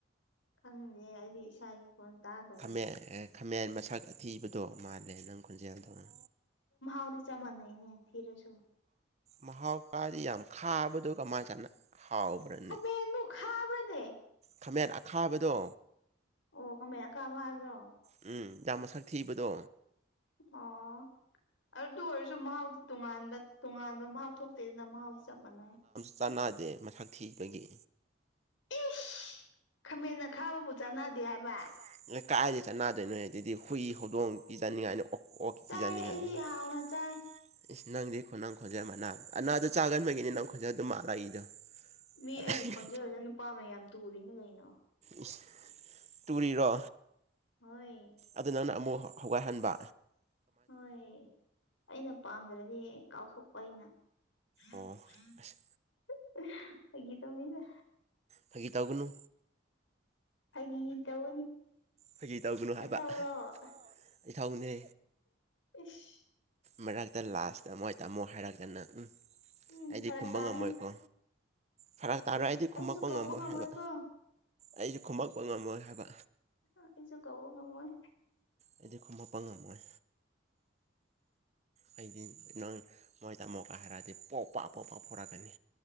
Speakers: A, on the left; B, on the right.
A: ꯈꯪꯗ‌ꯦ ꯑꯩꯗꯤ ꯏꯁꯥꯒꯤ ꯈ‌ꯣꯟ ꯇꯥꯗ
B: ꯃꯦꯟ ꯈꯥꯃꯦꯟ ꯃꯁꯛ ꯑꯊꯤꯕꯗꯣ ꯃꯥꯜꯂꯦ ꯅꯪ ꯈꯣꯟꯖꯦꯜ ꯇꯧꯅ
A: ꯑꯧꯔꯤ ꯆ ꯃꯅꯏꯅꯦ ꯊꯤꯔꯦꯁꯨꯣ
B: ꯃꯍꯥꯎ ꯀꯥꯗꯤ ꯌꯥꯝ ꯈꯥꯕꯗꯣ ꯀꯃꯥꯏ ꯆꯅ ꯍꯥꯎꯕ꯭ꯔꯅꯤ
A: ꯈꯥꯃꯦꯟꯕꯨ ꯈꯥꯕ꯭ꯔꯅꯦ
B: ꯈꯥꯃꯦꯟ ꯑꯈꯥꯕꯗꯣ
A: ꯑꯣ ꯈꯥꯃꯦꯟ ꯑꯈꯥꯕ ꯍꯥꯏꯕ꯭ꯔꯣ
B: ꯎꯝ ꯌꯥꯝ ꯃꯁꯛ ꯊꯤꯕꯗꯣ
A: ꯑꯣ ꯑꯗꯨ ꯑꯣꯏꯔꯁꯨ ꯃꯍꯥꯎ ꯇꯣꯉꯥꯟꯕ ꯇꯣꯉꯥꯟꯕ ꯃꯍꯥꯎ ꯊꯣꯛꯇꯦꯗꯅ ꯃꯍꯥꯎꯗꯤ ꯆꯞ ꯃꯥꯟꯅꯩ
B: ꯆꯅꯥꯗꯦ ꯃꯁꯛ ꯊꯤꯕꯒꯤ
A: ꯏꯁ ꯈꯥꯃꯟꯅ ꯈꯥꯕꯕꯨ ꯆꯥꯟꯅꯗꯦ ꯍꯥꯏꯕ
B: <unintelligible> ꯀꯥꯏꯗꯩ ꯆꯅꯥꯗꯣꯏꯅ‌ꯣꯍ‌ꯦ ꯑꯗꯩꯗꯤ ꯍꯨꯏ ꯍꯧꯗꯣꯡ
A: ꯎꯝ
B: ꯄꯤꯖꯥꯅꯤꯡꯉꯥꯏꯅꯤ ꯑꯣꯛ ꯑꯣꯛ
A: ꯆꯥꯏ
B: ꯄꯤꯖꯅꯤꯡꯉꯥꯏꯅꯤ
A: ꯑꯩꯗꯤ
B: <unintelligible>
A: ꯍꯥꯎꯅ ꯆꯥꯏ
B: ꯏꯁ ꯅꯪꯗꯤ ꯈꯣꯟꯅꯪ ꯈꯣꯟꯖꯦꯜ ꯃꯅꯥꯕꯗ ꯑꯅꯥꯗꯨ ꯆꯥꯒꯟꯕꯒꯤꯅꯤ ꯅꯪ ꯈꯣꯟꯖꯦꯜ ꯑꯗꯨ ꯃꯥꯜꯂꯛꯏꯗꯣ
A: ꯃꯤ
B: ꯑꯇꯩ
A: ꯑꯩꯒꯤ ꯈꯣꯟꯖꯦꯜ ꯑꯣꯏꯗ ꯅꯨꯄꯥ ꯃꯌꯥꯝ ꯇꯨꯔꯤꯅ ꯀꯩꯅꯣ
B: ꯏꯁ ꯇꯨꯨꯔꯤꯔꯣ
A: ꯍꯣꯏ
B: ꯑꯗꯨ ꯅꯪꯅ ꯑꯃꯨꯛ ꯍꯒꯥꯏꯍꯟꯕ
A: ꯍꯣꯏ ꯑꯩꯅ ꯄꯥꯝꯗ꯭ꯔꯗꯤ ꯀꯥꯎꯊꯣꯛꯄ ꯑꯩꯅ <unintelligible>
B: ꯑꯣ ꯑꯁ
A: ꯐꯒꯤ ꯇꯧꯅꯤꯗ
B: ꯐꯒꯤ ꯇꯥꯥꯎꯒꯅꯨ
A: ꯐꯒꯤ ꯇꯧꯕꯅꯤ
B: ꯐꯒꯤ ꯇꯧꯒꯅꯣ
A: ꯅꯊꯧꯔꯣ
B: ꯍꯥꯏꯕ ꯅꯊꯧꯔ‌ꯣ ꯏꯊꯧꯅꯦ
A: ꯏꯁ
B: ꯃꯔꯛꯇ ꯂꯥꯁꯇ ꯃꯣꯏ ꯇꯥꯃꯣ ꯍꯥꯏꯔꯛꯇꯅ ꯎꯝ
A: ꯎꯝ
B: ꯑꯩꯗꯤ
A: ꯐꯔꯛ
B: ꯈꯨꯝꯕ
A: ꯇꯥꯅꯤ
B: ꯉꯝꯃꯣꯏꯀꯣ ꯐꯔꯛ ꯇꯥꯔ
A: ꯑꯩꯁꯨ
B: ꯑꯩꯗꯤ ꯈꯨꯝꯃꯛꯄ
A: ꯑꯩꯁꯨ ꯀꯧꯕ
B: ꯉꯝꯃꯣꯏ
A: ꯉꯝꯃꯣꯏꯀꯣ
B: ꯍꯥꯏꯕ ꯑꯩꯁꯨ ꯈꯨꯝꯃꯛꯄ ꯉꯝꯃꯣꯏ ꯍꯥꯏꯕ
A: ꯑꯥ ꯑꯩꯁꯨ ꯀꯧꯕ ꯉꯝꯃꯣꯏ
B: ꯑꯩꯗꯤ ꯈꯣꯃꯛꯄ ꯉꯝꯃꯣꯏ ꯑꯩꯗꯤ ꯅꯪ ꯃꯣꯏ ꯇꯥꯃꯣꯀ ꯍꯥꯏꯔꯛꯑꯗꯤ ꯄꯣꯛ ꯄꯥꯛ ꯄꯣꯛ ꯄꯥꯛ ꯐꯣꯔꯛꯀꯅꯤ